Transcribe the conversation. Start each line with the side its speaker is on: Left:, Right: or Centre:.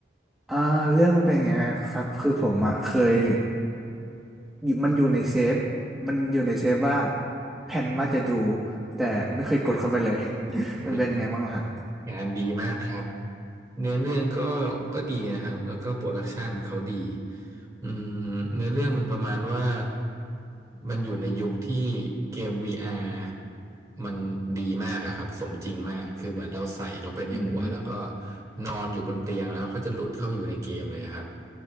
Centre: อ่าเรื่องมันเป็นอย่างไงครับคือผมอ่ะเคยอยู่มันอยู่ในเซฟมันอยู่ในเซฟว่าแผนว่าจะดูแต่ไม่เคยกดเข้าไปเลย <laughs>
Right: โอ้ย
Centre: มันเป็นยังไงบ้างล่ะฮะ
Right: งานดีมากครับเนื้อเรื่องก็ก็ดีนะครับแล้วก็โปรดักชันเขาดีอืมเนื้อเรื่องมันประมาณว่ามันอยู่ในยุคที่เกม VR มันดีมากอะครับสมจริงมากคือเหมือนเราใส่ลงไปในหัวแล้วก็
Centre: อืม
Right: นอนอยู่บนเตียงแล้วก็จะหลุดเข้าไปอยู่ในเกมเลยอะครับ